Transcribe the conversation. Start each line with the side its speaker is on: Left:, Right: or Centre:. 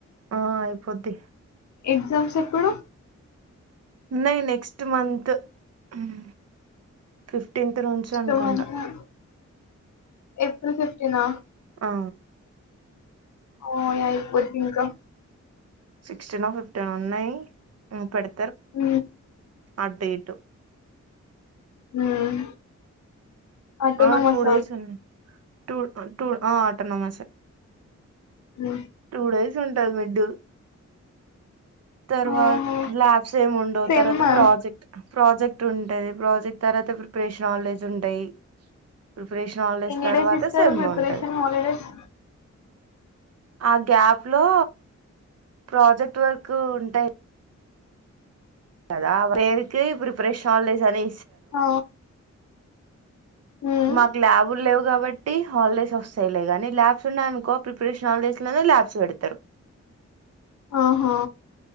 Right: ఆ అయిపోద్ది
Left: ఎగ్జామ్స్ ఎప్పుడు
Right: న నెక్స్ట్ మంతంత ఫిఫ ఫిఫ్టీన్త్ నుంచి అనుకుంటా
Left: టూ మంత్స్ లో ఏప్రిల్ ఫిఫ్టీన్
Right: ఆ
Left: ఓ అయిపోది ఇంకా
Right: సిక్స్టీన్ ఫిఫ్టీన్ ఉన్నాయి పెడి
Left: అ
Right: అట్ట ఇటు
Left: హ్ అటానమస
Right: ఆ టూ డేస్ ఉన్నాయి టూ టూ ఆ ఆటన్నామా సే
Left: ఉ
Right: టూ డేస్ ఉంటది మిడ్ తర్వాత
Left: ఓహో
Right: ల్యాబ్స్ ఏమి ఉండవు
Left: సేమ్
Right: తర్వాత
Left: ఆ
Right: ప్రాజెక్ట్ ప్రాజెక్ట్ ఉంటాంది ప్రాజెక్ట్ తర్వాత ప్రిపరేషన్ ఆలేజ్ ఉంటాయి ప్రిపరేషన్ హాలిడేస్
Left: ఎన్నిడేస్
Right: తర్వాత
Left: ఇస్తారు
Right: సెమ్
Left: ప్రిపరేషన్
Right: ఉంటది
Left: హాలిడేస్
Right: ఆ గ్యాప్ లో ప్రాజెక్ట్ వర్క్ ఉంటాయి కదా పేరుకే ప్రిపరేషన్ ఆని
Left: ఆ ఉమ్
Right: మాకు ల్యాబ్లేవ్ కాబట్టి హాల్ డేస్ వస్సయ్ లే గానీ ల్యాబ్స్ ఉన్నాయ్ అనుకో ప్రిపరేష్ హాలిడేస్ లోనే ల్యాబ్స్ పెడతరు.
Left: ఆహా